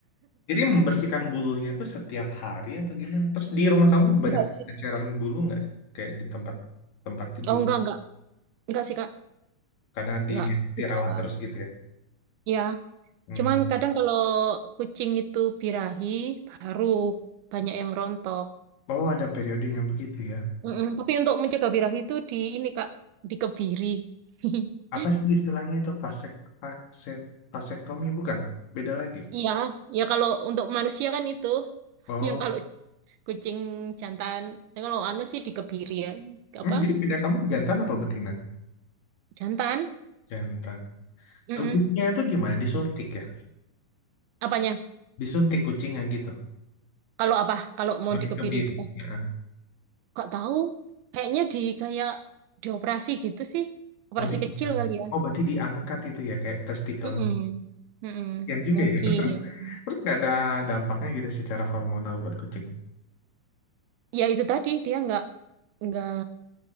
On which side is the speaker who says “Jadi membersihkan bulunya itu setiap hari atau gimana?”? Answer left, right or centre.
Left